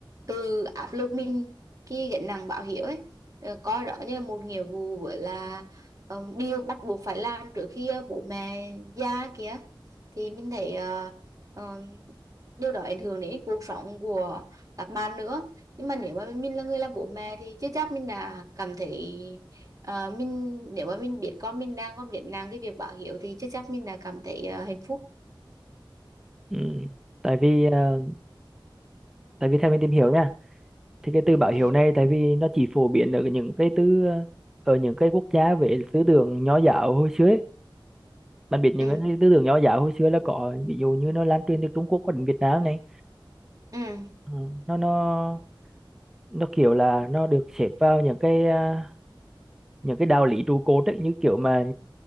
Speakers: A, on the right; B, in the centre.
A: từ áp lực mình khi gánh nặng báo hiếu ấy Ờ, coi đó như là một nghĩa vụ với là ờ, điều bắt buộc phải làm trước khi ờ, bố mẹ già kìa thì mình thấy ờ, ờ, điều đó ảnh hưởng đến cuộc sống của các bạn nữa nhưng mà nếu mà mình là người làm bố mẹ thì chưa chắc mình đã cảm thấy Ờ, mình nếu mà mình biết con mình đang còn gánh nặng cái việc báo hiếu thì chắc chắn mình đã cảm thấy ờ, hạnh phúc
B: ừ. tại vì à, tại vì theo mình tìm hiểu nha thì cái từ báo hiếu
A: ừ
B: này tại vì nó chỉ phổ biến ở những cái tư ở những cái quốc gia về tư tưởng nho giáo hồi xưa ấy. bạn biết những
A: ừ
B: cái tư tưởng nho giáo hồi xưa là có ví dụ như nó lan truyền từ Trung Quốc qua đến Việt Nam này
A: ừ
B: Ừ, nó nó nó kiểu là nó được xếp vào những cái à, những cái đạo lý trụ cột ấy như kiểu mà